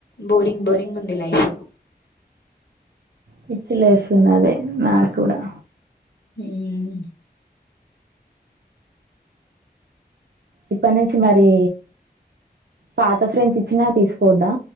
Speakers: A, on the left; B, on the right.
A: బోరింగ్ బోరింగ్ ఉంది లైఫ్
B: పిచ్చిలేస్తున్నదే నాక్ కూడా
A: హ్మ్
B: ఇప్పటి నుంచి మరి పాత ఫ్రెండ్స్ ఇచ్చినా తీసుకోద్దా?